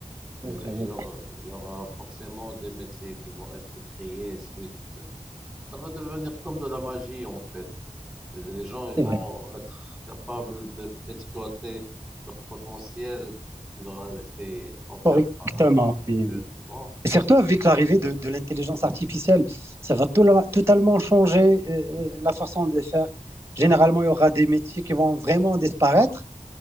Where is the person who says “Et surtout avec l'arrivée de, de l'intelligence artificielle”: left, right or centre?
Right